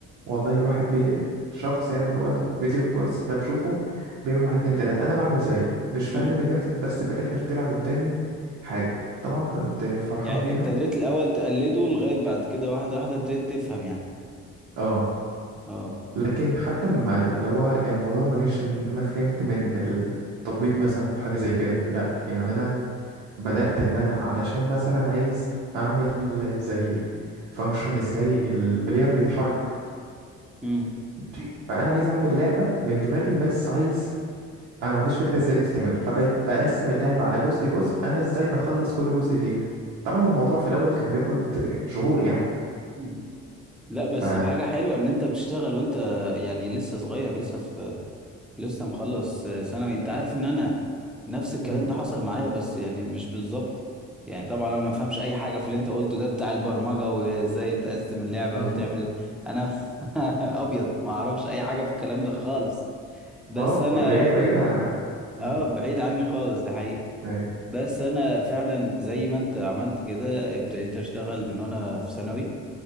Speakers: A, on the right; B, in the centre.
A: والله الواحد بي... شخص يعني اللي هو الفيديو الكورس ده بشوفه بيعمل واحد اتنين تلاتة أنا بعمل زيه مش فاهم
B: مم.
A: اللي بيحصل بس في الآخر طلع قدامي حاجة طبعا كنت فرحان
B: يعني
A: بيها
B: ابتديت الاول تقلده لغايه بعد كده واحده واحده ابتديت تفهم يعني
A: اه
B: اه
A: لكن حتى ما اللي هو الموضوع ما جاش إن أنا فهمت من التطبيق مثلا أو حاجة زي كده لأ يعني أنا بدأت إن أنا علشان مثلا عايز أعمل زي فانكشن ازاي البلاير بيتحرك
B: مم.
A: ماشي فأنا عايز أعمل لعبة من دماغي بس عايز انا ما عنديش فكره ازاي بتتعمل فبقيت اقسم اللعبه على جزء جزء انا ازاي اخلص كل جزء فيها طبعا الموضوع في الاول كان بياخد شهور يعني
B: مم. لا بس
A: ف
B: حاجة حلوة ان انت بتشتغل وانت يعني لسه صغير لسه في لسه مخلص ثانوي انت عارف ان انا نفس الكلام
A: مم.
B: ده حصل معايا بس يعني مش بالظبط يعني طبعا انا ما فهمش اي حاجه في اللي انت قلته ده بتاع البرمجه وازاي تقسم اللعبه
A: مم.
B: وتعمل انا <laughs> ابيض ما اعرفش اي حاجه في الكلام ده خالص بس
A: اه
B: انا
A: بعيد بعيد عن- مم.
B: اه بعيد عني خالص ده حقيقي
A: أيوة.
B: بس انا فعلا زي ما انت عملت كده ابتديت اشتغل من وانا في ثانوي